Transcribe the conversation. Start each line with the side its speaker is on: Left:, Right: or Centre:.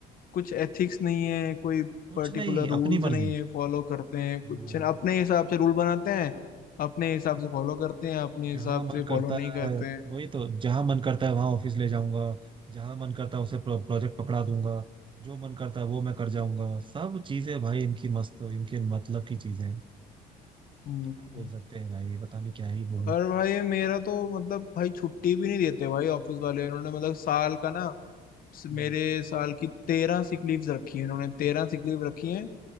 Left: कुछ एथिक्स नहीं है कोई
Right: कुछ
Left: पर्टिकुलर
Right: नहीं
Left: रूल्स
Right: अपनी मर्जी
Left: नहीं है फॉलो करते हैं कुछ
Right: हाँ,
Left: ना अपने हिसाब से रूल बनाते हैं अपने हिसाब से फॉलो करते हैं अपने हिसाब
Right: जहाँ मन
Left: से
Right: करता
Left: फॉलो नहीं करते
Right: है
Left: हैं
Right: वही तो जहाँ मन करता है वहां ऑफिस ले जाऊंगा जहाँ मन करता है उसे प्रो, प्रोजेक्ट पकड़ा दूंगा जो मन करता है वो मैं कर जाऊंगा सब चीजें भाई इनकी मस्त इनके मतलब की चीजें हैं।
Left: हम्म
Right: क्या
Left: हम्म।
Right: बोल सकते हैं भाई पता नहीं क्या ही बोलूं
Left: और भाई मेरा तो मतलब भाई छुट्टी भी नहीं देते भाई ऑफिस वाले इन्होंने मतलब साल का ना स-
Right: हम्म,
Left: मेरे साल की तेरह सिक लीव्स रखी है इन्होंने तेरह सिक लीव रखी है